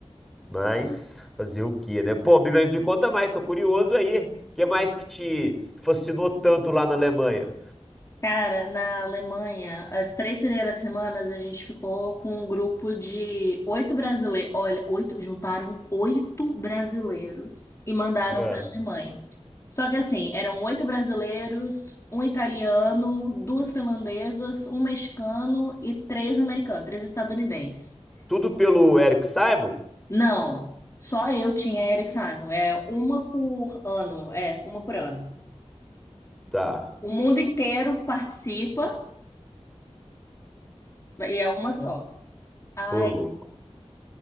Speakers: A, in the centre; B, on the left.
A: Mas fazer o quê, né? Pô, mas me conta mais, tô curioso aí. O que mais que te fascinou tanto lá na Alemanha?
B: Cara, na Alemanha, as três primeiras semanas a gente ficou com um grupo de oito brasileiros. Olha, oito, juntaram oito brasileiros e mandaram
A: É.
B: para a Alemanha. Só que assim, eram oito brasileiros, um italiano, duas finlandesas, um mexicano e três americanos, três estadunidenses.
A: Tudo pelo Eric Simon?
B: Não, só eu tinha Eric Simon. É uma por ano, é uma por ano.
A: Tá,
B: O mundo inteiro participa e é uma só. Aí,
A: ô louco.